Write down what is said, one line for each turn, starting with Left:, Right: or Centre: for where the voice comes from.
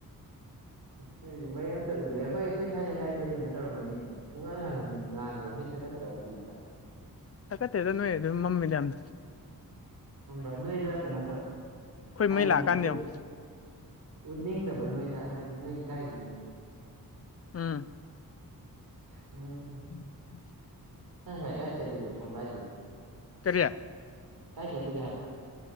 Right: ꯅꯣꯏ ꯃꯩ ꯑꯝꯇ ꯎꯗ꯭ꯔꯦ ꯑꯩꯈꯣꯏ ꯑꯩꯈꯣꯏ ꯁ꯭ꯋꯥꯏ ꯂꯩꯀꯥꯏꯗꯣ ꯀꯩꯅꯣ ꯇꯧꯔꯝꯒꯅꯤ ꯄꯨꯡꯉꯥꯟ ꯉꯥꯟꯗ꯭ꯔꯣ ꯃꯤꯠ ꯊꯛꯀꯗ꯭ꯔꯣ ꯎꯕꯗ ꯫
Left: ꯊꯥꯀꯠꯇꯦꯗ ꯅꯣꯏ ꯑꯗꯨ ꯃꯝꯃꯤꯗ ꯌꯥꯝꯅ ꯫
Right: ꯈꯝꯕ꯭ꯔ ꯅꯣꯏꯗ ꯀꯩꯅꯣ ꯇꯧ
Left: ꯑꯩꯈꯣꯏ
Right: ꯍꯥꯏꯗꯤ
Left: ꯃꯩ ꯂꯥꯛꯑꯀꯥꯟꯗ
Right: ꯎꯠꯂ
Left: ꯌꯦꯡꯉꯣ
Right: ꯎꯠꯅꯤꯡꯗꯕ ꯅꯣꯏꯗ ꯍꯥꯏꯗꯤ ꯅꯣꯏ ꯏꯀꯥꯏꯒꯤꯅꯦꯅ ꯫
Left: ꯎꯝ
Right: ꯎꯝ
Left: <inaudible>
Right: ꯅꯪ ꯉꯁꯥꯏ ꯀꯥꯏ ꯆꯠꯂꯨꯒꯦ ꯐꯣꯟ ꯄꯥꯏꯗꯔꯤꯗꯣ
Left: ꯀꯔꯤ
Right: ꯀꯥꯏ ꯆꯠꯂꯨꯒꯦ ꯍꯥꯏꯕ